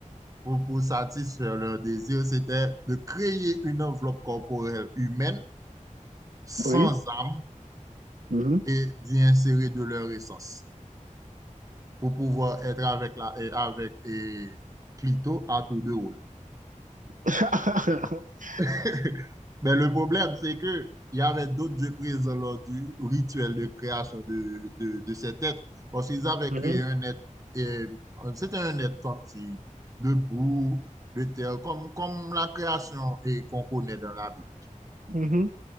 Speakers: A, on the right; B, on the right.
A: pour, pour satisfaire leur désir. C'était de créer une enveloppe corporelle humaine, sans
B: Oui.
A: âme,
B: Mhm.
A: et d'y insérer de leur essence pour pouvoir être avec, la, et avec et Clito à tour de rôle.
B: <laughs>
A: <laughs> Mais le problème, c'est que il y avait d'autres dieux présents lors du rituel de création de, de, de cet être. Parce qu'ils avaient
B: Mhm.
A: créé un être, et, euh, c'était un être comme si, de boue, de terre, comme, comme la création et qu'on connaît dans la Bible.
B: Mhm.